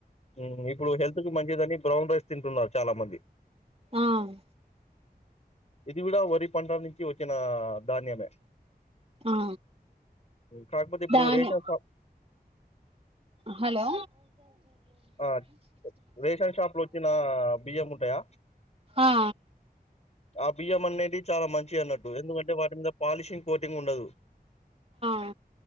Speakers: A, on the left (about 40°); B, on the right (about 35°).
A: మ్ ఇప్పుడు హెల్త్ కు మంచి ని బ్రౌన్ రైస్ తింటున్నారు చాలా మంది
B: ఆమ్
A: ఇది కూడా వరి పంట నుంచి వచ్చినాధాన్యమే
B: ఆ
A: కాకపోతే ఇప్పుడు
B: దాని
A: రేషన్ షాపు
B: హలో
A: ఆ రేషన్ షాప్ లో వచ్చిన బియ్యం ఉంటాయా
B: ఆ
A: ఆ బియ్యమనేది చాలా మంచి అన్నట్టు ఎందుకంటే వాటి మీద పాలిషింగ్ పోటింగ్ ఉండదు
B: మ్